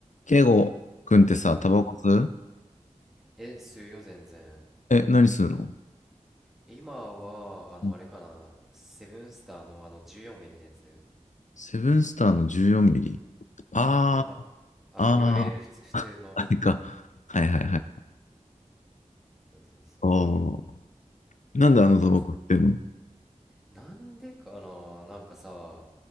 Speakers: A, on the left; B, in the centre.
A: ケイゴくんってさ、タバコ吸う
B: うん。え、するよ、全然。
A: え、何吸うの
B: 今は、あの、
A: うん
B: あれかな、セブンスターのあの14ミリのやつ
A: セブンスターの14ミリ。あー、
B: うん、あ、あの、
A: あー、
B: いわゆる普通、普通の、
A: あれ <laughs> か。はいはいはい。
B: うん、そうそうそうそう。
A: ああ。なんであのタバコ吸ってんの
B: え、きなんでかな、なんかさ、